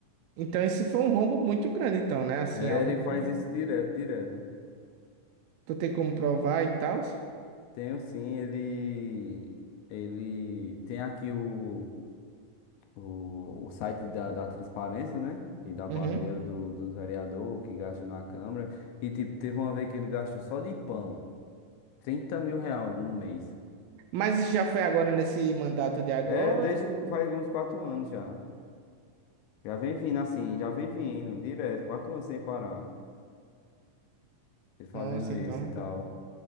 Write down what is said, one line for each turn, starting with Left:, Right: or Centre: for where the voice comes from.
Right: então esse foi um rombo muito grande, então, né? Assim,
Left: É,
Right: algo
Left: ele faz
Right: que
Left: isso direto, direto.
Right: tu tem como provar e tal.
Left: Tenho sim, ele. Ele tem aqui o. O, o site da, da transparência, né? E dá pra
Right: Uhum.
Left: ver o do, dos vereadores que gastam na Câmara. E tipo, teve uma vez que ele gastou só de pão 30 mil real no mês.
Right: Mas isso já foi agora nesse mandato de agora?
Left: É, desde
Right: ou-
Left: que faz uns quatro anos já. Já vem vindo assim, já vem vindo, direto, 4 anos sem parar. Ele fazendo
Right: Nossa,
Left: isso
Right: então.
Left: e tal.